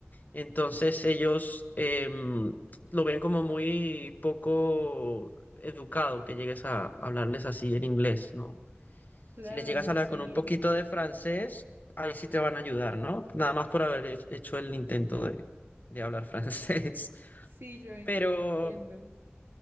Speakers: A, on the left; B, on the right.
A: Entonces ellos em, lo ven como muy poco educado que llegues a hablarles así en inglés, ¿no?
B: claro,
A: Si les llegas
B: no,
A: a hablar
B: sí.
A: con un poquito de francés, ahí sí te van a ayudar, ¿no? Nada más por haber he- hecho el intento de, de hablar francés. <laughs>
B: Sí, yo, en-
A: Pero
B: yo entiendo.